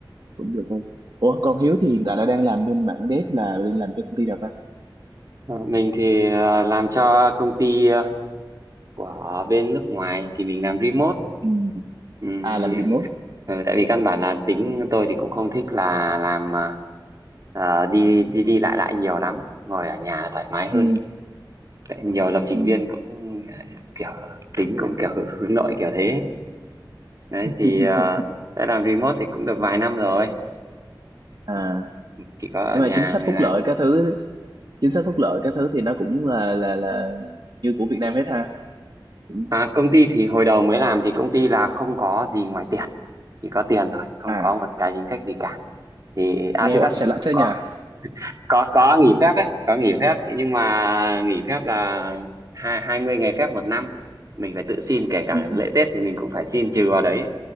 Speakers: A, on the right (about 60°); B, on the right (about 45°).
A: cũng được thôi ủa còn Hiếu thì hiện tại là đang làm bên mảng dev là đang làm cho công ty nào ta
B: Ờ, Mình thì ờ, làm cho công ty ờ, của bên nước ngoài thì mình làm remote
A: ừ.
B: ừ,
A: à
B: thì
A: làm remote
B: ừ, tại vì căn bản là tính tôi thì cũng không thích là làm ờ, ờ, đi đi đi lại lại nhiều lắm ngồi ở nhà thoải mái hơn
A: ừ.
B: tại nhiều lập trình
A: Ừ.
B: viên cũng à, kiểu tính cũng kiểu hướng hướng nội kiểu thế đấy
A: <laughs>
B: thì uh, đã làm remote thì cũng được vài năm rồi
A: à
B: Ừ. ừ, chỉ có ở
A: nhưng
B: nhà
A: mà chính sách
B: mới
A: phúc
B: làm
A: lợi các thứ chính sách phúc lợi các thứ thì nó cũng là là là như của Việt Nam hết ha cũng
B: à, công ty thì hồi đầu mới làm thì công ty là không có gì ngoài tiền chỉ có tiền thôi không
A: à
B: có một cái chính sách gì cả thì à
A: nghe
B: thực
A: oách
B: ra thì
A: xà lách
B: cũng
A: thế
B: có
A: nhờ
B: có có nghỉ phép đấy có nghỉ phép thì nhưng mà nghỉ phép là hai hai mươi ngày phép một năm mình phải tự xin kể cả
A: Ừ.
B: lễ Tết thì mình cũng phải xin trừ vào đấy